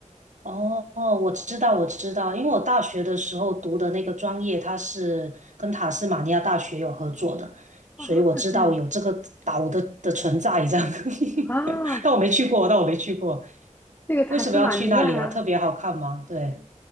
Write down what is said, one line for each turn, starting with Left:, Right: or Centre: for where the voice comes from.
Right: 哦哦，我知道我知道，因为我大学的时候读的那个专业，它是跟塔斯马尼亚大学有合作的，
Left: 啊，
Right: 所以我知道有这个岛的的存在这样。
Left: 这样子
Right: <laughs>
Left: 啊。
Right: 但我没去过，但我没去过。
Left: 那个塔斯马尼亚，
Right: 为什么要去那里啊？特别好看吗？对。